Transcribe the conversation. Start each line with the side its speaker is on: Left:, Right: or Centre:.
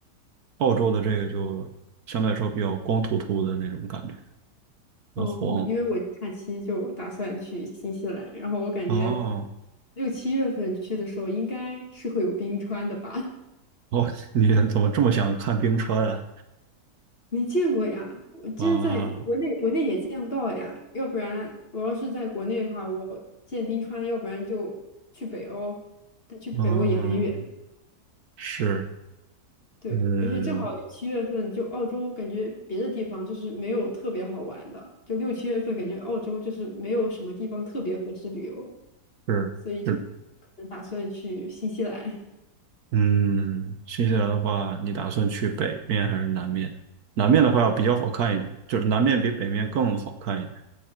Right: 澳洲的这个就相对来说比较光秃秃的那种感觉，比较黄。
Left: 哦，我因为我假期就打算去新西兰，然后我感觉
Right: 哦
Left: 六七月份去的时候应该是会有冰川的吧。
Right: 哦，<laughs> 你怎么这么想看冰川啊？
Left: 没见过呀，我真在国内国内也见不到呀。
Right: 啊，
Left: 要不然我要是在国内的话，我见冰川，要不然就去北欧，但去北欧也很远。
Right: 嗯，是，
Left: 对，
Right: 嗯，
Left: 而且正好六七月份，就澳洲感觉别的地方就是没有特别好玩的，就六七月份感觉澳洲就是没有什么地方特别合适旅游，
Right: 是是，
Left: 所以就可能打算去新西兰。
Right: 嗯，新西兰的话，你打算去北面还是南面？南面的话要比较好看一点，就是南面比北面更好看一点。